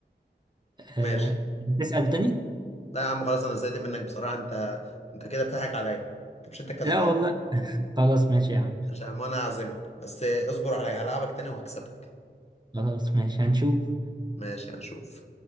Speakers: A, on the left; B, on the right.
A: ماشي
B: آه، تسأل تاني؟
A: لا يا عم خلاص انا زهقت منك بصراحه انت انت كده بتضحك عليا انت مش انت كسبان
B: لا والله خلاص ماشي يا عم
A: مش يا عم انا هعزمك بس اصبر عليا هلعبك تاني وهكسبك
B: خلاص ماشي هنشوف
A: ماشي هنشوف